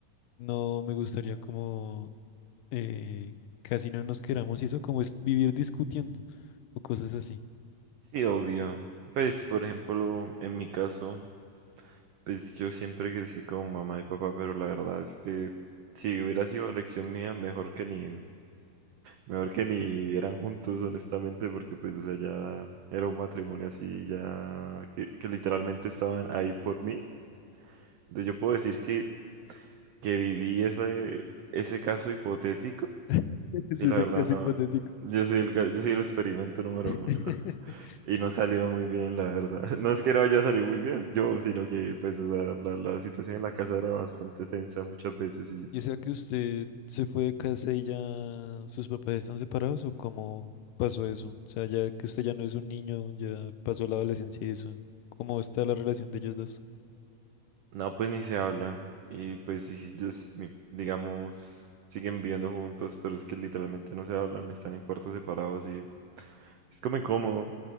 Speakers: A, on the left; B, on the right.
A: no me gustaría como eh, casi no nos queramos y eso, como es vivir discutiendo o cosas así.
B: Sí, obvio. Pues, por ejemplo, en mi caso, pues yo siempre crecí con mamá y papá, pero la verdad es que si hubiera sido elección mía, mejor que ni, Mejor que ni vivieran juntos, honestamente, porque pues, o sea, ya era un matrimonio así, ya que, que literalmente estaban ahí por mí. Entonces yo puedo decir que, que viví ese, ese caso hipotético
A: <laughs> Ese
B: y la
A: es el
B: verdad
A: caso
B: no,
A: hipotético.
B: yo soy el, ca- yo soy el experimento número
A: <laughs>
B: uno <laughs> y no salió muy bien, la verdad. <laughs> No es que no haya salido muy bien yo, sino que pues, o sea, la, la situación en la casa era bastante tensa muchas veces y...
A: Yo sea que usted se fue de casa y ya sus papás están separados o cómo pasó eso. O sea, ya que usted ya no es un niño, ya pasó la adolescencia y eso. ¿Cómo está la relación de ellos dos?
B: No, pues ni se hablan. Y pues sí, sí, ellos, mi- digamos, siguen viviendo juntos, pero es que literalmente no se hablan, están en cuartos separados y es como incómodo.